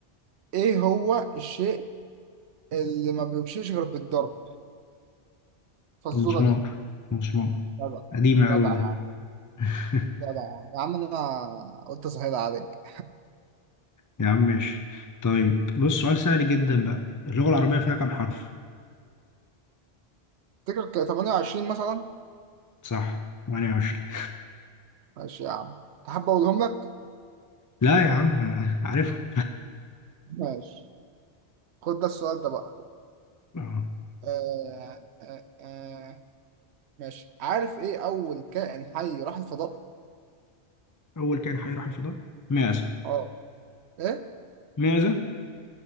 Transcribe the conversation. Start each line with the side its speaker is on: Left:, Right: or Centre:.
Right: ايه هو الشيء اللي ما بيمشيش غير بالضرب فالزورة
Left: مسمار
Right: دي
Left: مسمار
Right: جدع
Left: قديمة
Right: جدع
Left: أوي
Right: يا
Left: دي
Right: عم
Left: <laughs>
Right: جدع يا عم انا قلت اسهل عليك
Left: يا عم ماشي طيب بص سؤال سهل جدا بقى اللغة العربية فيها كام حرف؟
Right: تفتكر 28 مثلا
Left: صح 28
Right: ماشي يا عم تحب اقولهم لك
Left: لا يا عم آه، عارفهم
Right: ماشي خد ده السؤال ده بقى
Left: <laughs> آه.
Right: آه آه آه ماشي عارف ايه اول كائن حي راح الفضاء
Left: أول كائن حي راح الفضاء معزة
Right: اه ايه
Left: معزة